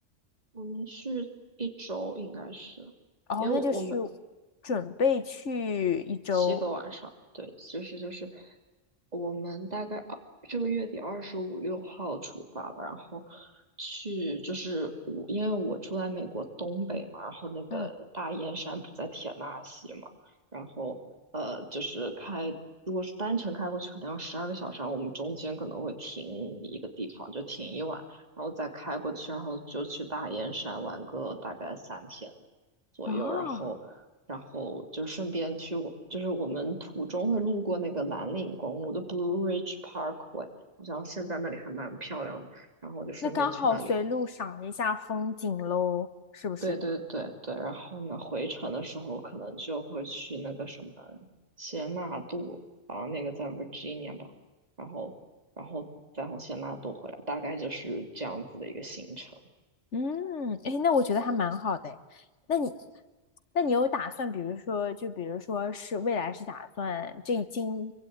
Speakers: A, on the right; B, on the left.
A: 我们去一周应该是，
B: 哦，
A: 因为我我们
B: 那就是准备去一周，
A: 七个晚上，对，就是就是我们大概二这个月底二十五六号出发吧，然后去就是我因为我住在美国东北嘛，然后那个大燕山不在田纳西嘛，
B: 嗯，
A: 然后呃就是开如果是单程开过去可能要十二个小时，然后我们中间可能会停一个地方，就停一晚，然后再开过去，然后就去大燕山玩个大概三天。左右，
B: 啊，
A: 然后然后就顺便去我，就是我们途中会路过那个蓝岭公路的 Blue Ridge Parkway，好像现在那里还蛮漂亮的。然后我就顺便去那里，
B: 那刚好随路赏一下风景喽，是不是？
A: 对对对对。然后呢，回程的时候可能就会去那个什么谢纳杜，啊，那个在 Virginia 吧。然后，然后再从谢纳杜回来，大概就是这样子的一个行程。
B: 嗯，哎，那我觉得还蛮好的诶。那你，那你有打算，比如说，就比如说是未来是打算这今，